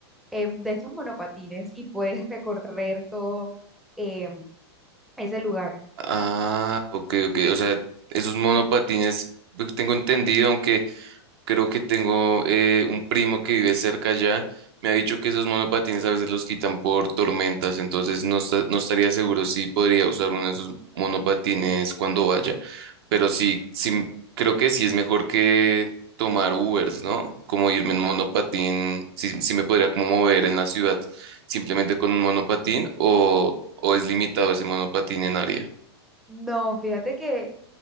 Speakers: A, in the centre; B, on the right.
A: em, de estos monopatines y puedes recorrer todo em, ese lugar.
B: Ah, ok, ok. O sea, esos monopatines, pues, tengo entendido, aunque creo que tengo eh, un primo que vive cerca allá, me ha dicho que esos monopatines a veces los quitan por tormentas, entonces no, esta- no estaría seguro si podría usar uno de esos monopatines cuando vaya. Pero sí, sí, creo que sí es mejor que tomar Ubers, ¿no? Como irme en monopatín, sí, sí me podría como mover en la ciudad simplemente con un monopatín o, o es limitado ese monopatín en área.
A: No, fíjate que